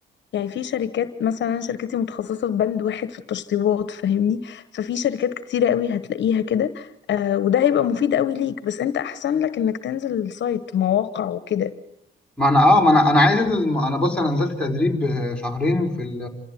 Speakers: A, on the left; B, in the centre.
A: يعني في شركات مثلا أنا شركتي متخصصة في بند واحد في التشطيبات فاهمني ففي شركات كتيرة قوي هتلاقيها كده آه وده هيبقى مفيد قوي ليك بس انت احسن لك انك تنزل السايت مواقع وكده
B: ما انا اه ما انا انا عايز انزل انا بص انا نزلت تدريب آه، شهرين في ال-